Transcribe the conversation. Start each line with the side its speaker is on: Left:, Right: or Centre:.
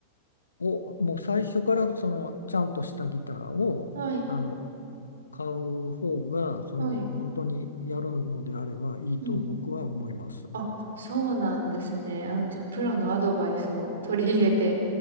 Left: をもう最初からそのちゃんとしたギターをあの
Right: はい。
Left: 買う方がその本当にやるのであればいいと僕は思います。
Right: はい。うん。あ、そうなんですね。あ、じゃあ、プロのアドバイスを取り入れて、